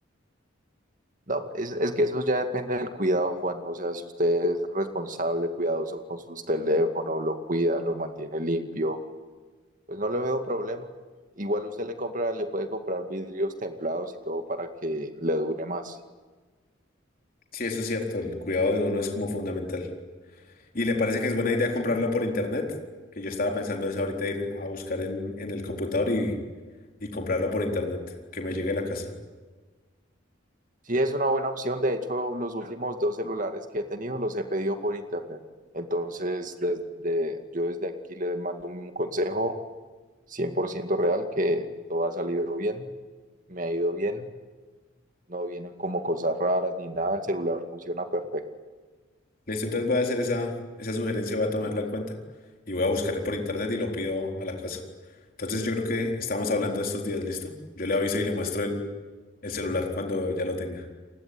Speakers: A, on the right; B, on the left.
A: No, es, es que eso ya depende del cuidado, Juan. O sea, si usted es responsable, cuidadoso con sus teléfonos, lo cuida, lo mantiene limpio, pues no le veo problema. Igual usted le compra, le puede comprar vidrios templados y todo para que le dure más.
B: Sí, eso es cierto, el cuidado de uno es como fundamental. ¿Y le parece que es buena idea comprarlo por internet? Que yo estaba pensando eso ahorita, ir a buscar en, en el computador y, y comprarlo por internet, que me llegue a la casa.
A: Sí, es una buena opción. De hecho, los últimos dos celulares que he tenido los he pedido por internet. Entonces, desde, yo desde aquí le mando un consejo 100% real que todo ha salido bien, me ha ido bien. no vienen como cosas raras ni nada, el celular funciona perfecto.
B: Listo, entonces voy a hacer esa, esa sugerencia, voy a tomarla en cuenta y voy a buscar por internet y lo pido a la casa. Entonces yo creo que estamos hablando estos días, ¿listo? Yo le aviso y le muestro el, el celular cuando ya lo tenga.